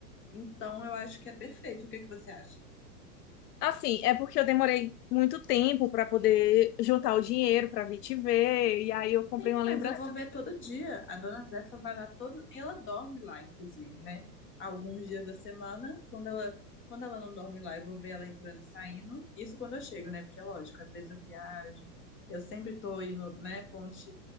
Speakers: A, on the left (about 25°); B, on the left (about 70°).
A: Então, eu acho que é perfeito. O que que você acha?
B: Assim, é porque eu demorei muito tempo para poder juntar o dinheiro para vir te ver, e aí eu comprei
A: Sim,
B: uma lembrança.
A: mas eu vou ver todo dia. A dona Zefa vai lá todo. Ela dorme lá, inclusive, né? Alguns dias da semana, quando ela. Quando ela não dorme lá, eu vou ver ela entrando e saindo. Isso quando eu chego, né? Porque é lógico, às vezes eu viajo, eu sempre tô indo, né, ponte